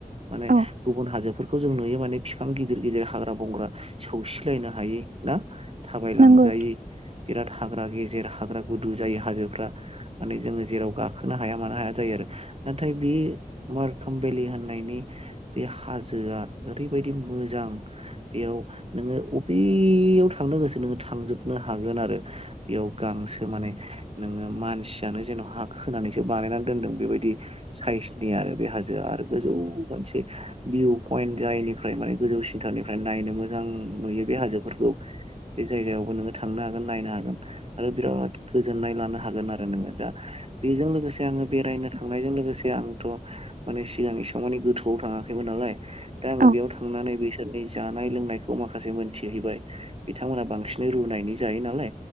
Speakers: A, on the right; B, on the right.
A: माने
B: औ
A: गुबुन हाजो खौ जों नुयो माने बिफां गिदिर-गिदिर हाग्रा-बंग्रा सौसिलायनो हायि ना? थाबाय लांजायि
B: नंगौ
A: बिराद हाग्रा गे जेर हाग्रा गुदु जायो हाजोफ्रा माने जोङो जेराव गाखोनो हाया मानो हाया जायो आरो नाथाय बे बे मारखोम बेलि होननायनि बे हाजोआ ओरैबायदि मोजां बेयाव नोङो अफेयाव थांनो गोसो नोङो थांजोबनो हागोन आरो। बेयाव गांसो माने नोङो मानसियानो जेन' हा खोनानैसो बानायनानै दोनदों बेबायदि साइसनि आरो बे हाजोआ आरो गोजौ मोनसे भिउ पइन्ट जायनिफ्राय माने गोजौ सिन्था ओनिफ्राय नायनो मोजां नुयो बे हाजोफोरखौ बे जायगायावबो नोङो थांनो हागोन नायनो हागोन। आरो बिराद गोजोननाय लानो हागोन आरो नोङो दा बेजों लोगोसे आङो बेरायनो थांनायजों लोगोसे आंथ' माने सिगां एसेबां माने गोथौआव थाङाखैमोन आर लाय दा आङो
B: औ
A: बेयाव थांनानै बेस सोरनिा जानाय लोंनायखौ माखासे मोनथिहैबाय। बिथांमोना बांसिन रुनायनि जायो नालाय।